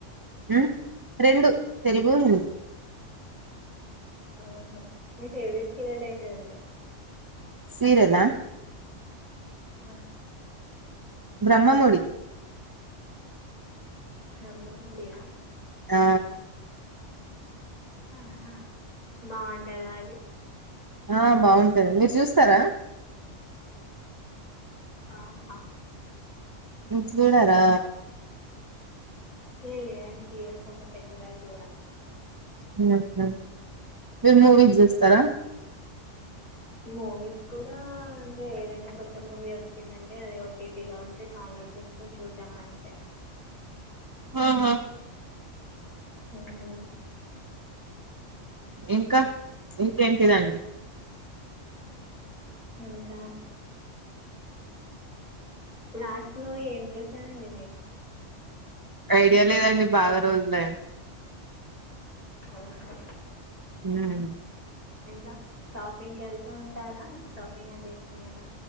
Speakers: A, on the right (about 30°); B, on the left (about 30°).
A: ఉ రెండు తెలుగు, హిందీ.
B: ఆహో. మీ ఫేవరెట్ సీరియల్ ఏంటిదండి?
A: సీరియలా
B: ఆ
A: బ్రహ్మముడి
B: బ్రహ్మముడియా.
A: ఆ
B: ఆహా బావుంటదా అది.
A: ఆ బావుంటది మీరు చూస్తరా.
B: ఆ హా
A: మీరు చూడరా?
B: నేను లేదండి సీరియల్స్ అంత పెద్దగా చూడను
A: హ్ మీరు మూవీస్ చూస్తరా.
B: మూవీస్ కూడా అంటే ఏదైనా కొత్త మూవీ వచ్చిందంటే అది ఓటీటీ లో ఉంటే డ వున్లోడ్ చేసుకొని చూడ్డం అంతే.
A: ఆహా
B: హ్మ్
A: ఇంకా ఇంకేంటిదండి.
B: ఇంకా లాస్ట్లో ఏం చూసారండి మీరు.
A: ఐడియా లేదండి బాగా రోజులయి
B: ఓహో
A: <inaudible>
B: ఇంకా షాపింగ్కేళ్తూ ఉంటారా, షాపింగ్ అంటే ఇష్టమేనా.